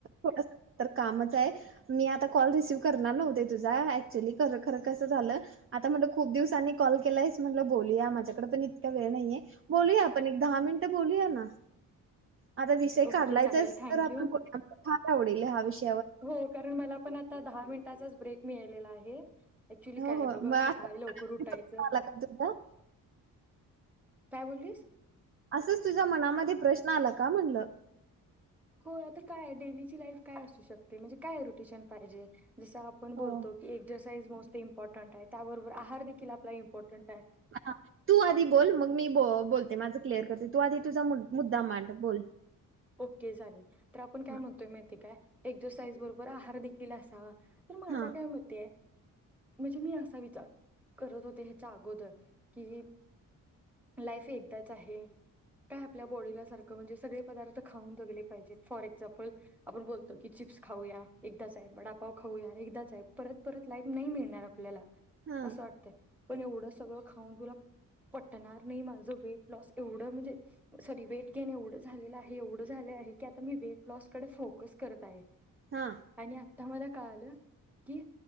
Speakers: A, on the right (about 40°); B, in the centre.
A: थोड कामच आहे मी आ कॉल रिसीव्ह करणार नव्हते तुझाऍक्च्युअली खर खरं कसं झालं आता म्हटलं खूप दिवसांनी कॉल केला आहेस म्हटल बोलूया माझ्याकडे पण इतका वेळ नाहीये. बोलूया आपण एक दहा मिनटं बोलूया ना! आता विषय
B: ओके
A: काढलायचाच
B: चालेल थँक्यू
A: तर जस्ट <unintelligible> आपणणी फार आवडेल हा विषय
B: हो कारण मला पण आता दहा मिनटाचाच ब्रेक मिळालेला आहे. ऍक्च्युली
A: हो
B: काय
A: हो
B: बघ
A: मग
B: असं
A: असाच
B: काल लवकर उठायचं
A: प्रश्न आला का तुझा?
B: काय बोललीस.
A: असंच तुझ्या मनामध्ये प्रश्न आला का म्हणलं?
B: हो आता काय डेलीची लाईफ काय असू शकते म्हणजे काय रोटेशन पाहिजे. जसं आपण बोलतो
A: हो
B: की एक्झरसाईइज मोस्ट इम्पॉर्टंट आहे त्याबरोबर आहार देखील आपला इम्पॉर्टंट आहे.
A: हा तू आधी बोल मग मी ब बोलते माझं क्लिअर करते तू आधी तुझा मुद्दा मांड बोल
B: ओके झाले तर आपण काय
A: हां
B: म्हणतोय माहितीय काय एक्झरसाईज बरोबर आहार देखील असावा. तर माझ्या
A: हां
B: काय मते आहे. म्हणजे मी असा विचार करत होते ह्याच्या अगोदर की, लाईफ एकदाच आहे काय आपल्या बॉडीला सारखं म्हणजे सगळे पदार्थ खाऊन जगले पाहिजेत फॉर एक्झाम्पल आपण बोलतो की चिप्स खाऊया, एकदाच आहे वडापाव, खाऊया एकदाच आहे, परत परत लाईफ नाही मिळणार आपल्याला
A: हां
B: असं वाटतंय पण एवढं सगळं खाऊन तुला पटणार नाही माझं वेट लॉस एवढं म्हणजे सॉरी वेट ग्रेन एवढं झालेलं आहे. एवढ झाल आहे की मी आता वेट लॉस कडे फोकस करत आहे
A: हां हां
B: आणि आम्हाला काय आलं की,